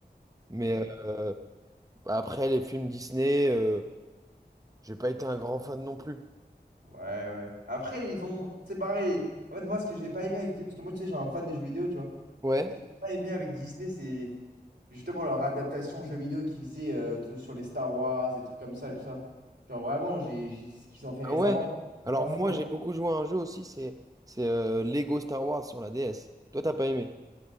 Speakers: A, on the right; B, on the right.
A: Mais
B: Non, mais...
A: euh, après, les films Disney, euh, j'ai pas été un grand fan non plus.
B: Ouais, ouais. Après, ils ont. C'est pareil. En fait, moi, ce que j'ai pas aimé avec Disney, parce que moi, tu sais, je suis un fan des jeux vidéo, tu vois.
A: Ouais?
B: Et Ce que j'ai pas aimé avec Disney, c'est justement leur adaptation jeux vidéo qu'ils faisaient euh, tout- sur les Star Wars, des trucs comme ça et tout ça. Genre vraiment, j'ai j'ai- ce qu'ils ont fait
A: Ah
B: récemment.
A: ouais?
B: C'est
A: Alors
B: pas fou.
A: moi,
B: hein.
A: j'ai beaucoup joué à un jeu aussi, c'est c'est euh, Lego Star Wars sur la DS. Toi, t'as pas aimé.